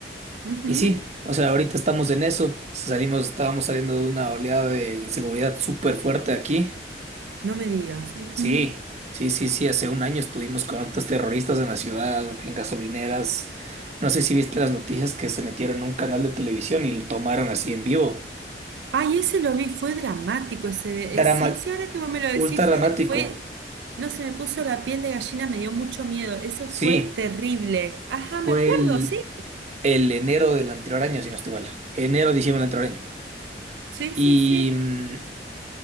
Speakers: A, on the right; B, on the right.
A: ujú.
B: Y sí, o sea, ahorita estamos en eso, salimos, estábamos saliendo de una oleada de inseguridad súper fuerte aquí.
A: No me digas. ujú.
B: Sí, sí, sí, sí. Hace un año estuvimos con actos terroristas en la ciudad, en gasolineras. No sé si viste las noticias que se metieron en un canal de televisión y lo tomaron así en vivo.
A: Ay, ese lo vi, fue dramático. Ese,
B: Drama,
A: eh, sí, sí, ahora que vos me lo decís,
B: ultra dramático.
A: fue, fue, no se me puso la piel de gallina, me dio mucho miedo. Eso
B: Sí,
A: fue terrible. Ajá, me
B: fue
A: acuerdo,
B: el,
A: sí.
B: el enero del anterior año, si no estoy mal. Enero, diciembre del anterior año.
A: Sí,
B: Y,
A: sí, sí.
B: mm,